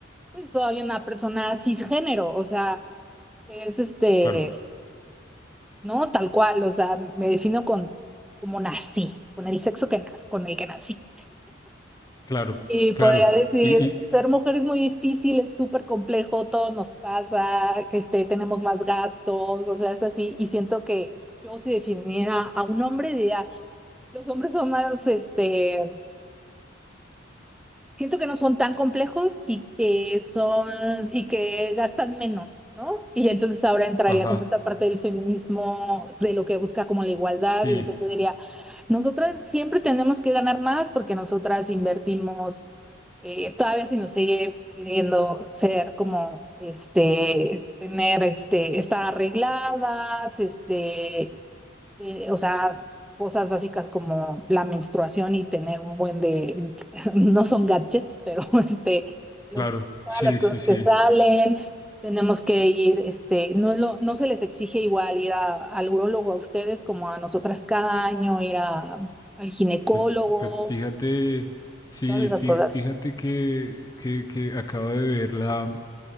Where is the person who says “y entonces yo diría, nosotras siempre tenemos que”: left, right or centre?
Centre